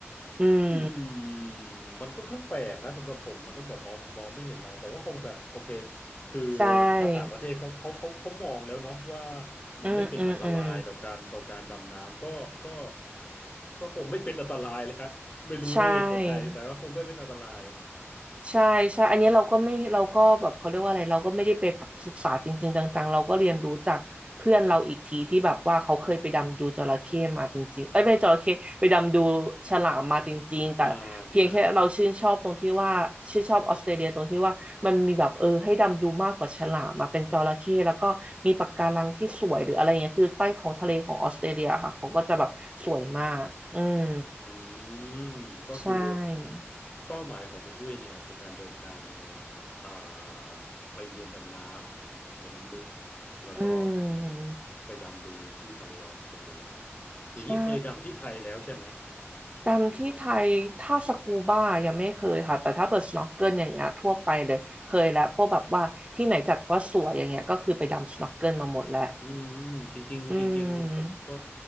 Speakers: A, on the right; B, on the left.
A: อืม
B: อืมมันค่อนข้างแปลกนะสำหรับผมมันต้องแบบมองมองไม่เห็นเราแต่ก็คงแบบโอเคคือ
A: ใช่
B: ถ้าต่างประเทศเขาเขาเขาเขามองแล้วเนาะว่ามันไม่เป็นอันตรายต่อการต่อการดำน้ำก็ก็
A: อืมอืมอืม
B: ก็คงไม่เป็นอันตรายเลยฮะไม่รู้ด้วยเหตุผลใดแต่ก็คงไม่เป็นอันตราย
A: ใช่ ใช่ใช่อันเนี้ยเราก็ไม่เราก็แบบเขาเรียกว่าอะไรเราก็ไม่ได้ไปแบบศึกษาจริงๆจังๆ เราก็เรียนรู้จากเพื่อนเราอีกทีที่แบบว่าเขาเคยไปดำดูจระเข้มาจริงๆเอ้ยไม่ใช่จระเข้ไปดำดูฉลามมาจริงๆแต่เพียงแค่เราชื่นชอบตรงที่ว่าชื่นชอบออสเตรเลียตรงที่ว่ามันมีแบบเออให้ดำดูมากกว่าฉลามมาเป็นจระเข้แล้วก็มีปะการังที่สวยหรืออะไรเงี้ยคือใต้ท้องทะเลของออสเตรเลียค่ะเขาก็จะแบบสวยมากอืม
B: อ่าอ่า อืมก็คือ
A: ใช่
B: เป้าหมายของคุณอุ้ยเนี่ยคือการเดินทางอ่าไปเรียนดำน้ำในน้ำลึกแล้วก็
A: อืม
B: ไปดำดูที่ทะเลออสเตรเลียอย่างนี้เคยดำที่ไทยแล้วใช่ไหม
A: ใช่ ดำที่ไทยถ้าสกูบ้ายังไม่เคยค่ะแต่ถ้าเปิดสโนว์เกิลอย่างเงี้ยทั่วไปเลยเคยแล้วพวกแบบว่าที่ไหนจัดว่าสวยอย่างเงี้ยก็คือไปดำสโนว์เกิลมาหมดแล้ว
B: อืมจริงๆจริงๆผมก็
A: อืม